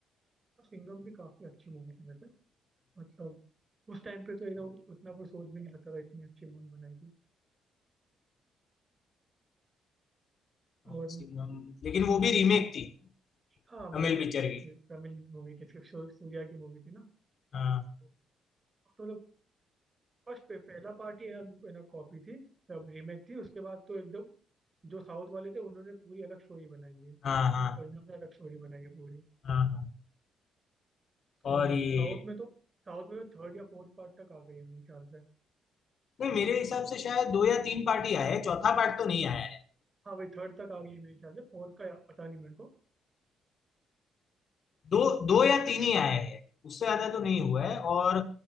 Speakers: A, on the right; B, on the left.
A: सिंघम भी काफी अच्छी मूवी थी वैसे मतलब उस टाइम पे तो एकदम उतना कोई सोच भी नहीं सकता था इतनी अच्छी मूवी बनाई थी
B: हाँ,
A: और
B: सिंघम लेकिन वो भी रीमेक थी
A: हाँ
B: तमिल
A: वो भी
B: पिक्चर
A: रिमेक
B: की
A: थी तमिल मूवी की सूर्या की मूवी थी ना
B: हाँ
A: तो मतलब बस पे- पहला पार्ट ही हम यू नो कॉपी थी तब रीमेक थी उसके बाद तो एकदम जो साउथ वाले थे उन्होंने पूरी अलग स्टोरी बनाई है
B: हाँ हाँ
A: और इन्होंने अलग स्टोरी बनाई है पूरी
B: हाँ हाँ।
A: तो
B: और ये
A: साउथ में तो साउथ में थर्ड या फोर्थ पार्ट तक आ गई है मेरे ख्याल से
B: नहीं मेरे हिसाब से शायद दो या तीन पार्ट ही आए हैं चौथा पार्ट तो नहीं आया है
A: हाँ वही थर्ड तक आ गई है मेरे ख्याल से फोर्थ का या- पता नहीं मेरे को
B: दो दो या तीन ही आए हैं उससे ज्यादा तो नहीं हुआ है और